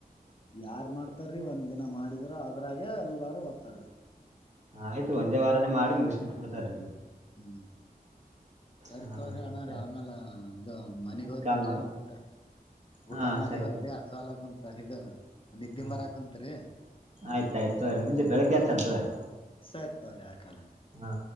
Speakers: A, on the left; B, on the right.
A: ಯಾರ್ ಮಾಡ್ತಾರಿ ಒಂದ್ ದಿನ ಮಾಡಿದ್ರ ಅದ್ರಾಗೆ ಎಲ್ಲಾರು ಓದ್ತಾರಿ
B: ಆಯ್ತು ಒಂದೇ ವಾರಾನೇ ಮಾಡಿ ಮುಗಿಸಿ್ಬ ಬಿಟ್ಟುಬಿಡ್ತಾರ ಇಲ್ಲಿ
A: ಹ್ಮ್. ಕರಿತವ್ರಿ
B: ಹಾ
A: ಅಣ
B: ಸರಿ
A: ರೀ ಆಮೇಾಲ ಇದು ಮನೆಗ್
B: ಮತ್ತ್
A: ಹೋಗ್ತನ್
B: ಮಾಡಮ್
A: ರೀ ಊಟ.
B: ಹಾ
A: ಊಟ ಮಾಡಿವಲ್ರರಿ
B: ಸರಿ ತೋರಿ
A: ಅಸವಾಲಕ್ಕ ಉಂಂತ. ಇದು. ನಿದ್ದೆ
B: ಹಾ
A: ಮರಾಕಂತ್ರಿೀ
B: ಆಯ್ತ್ ಆಯ್ತ್ ತೋರಿ ಮುಂಜೆ ಬೆಳಗ್ಗೆ ಹಚ್ಚಮ್ ತೋರಿ
A: ಸರಿ ಸರಿ ಆಾಕಲ್ಲಂಗ.
B: ಹಾ.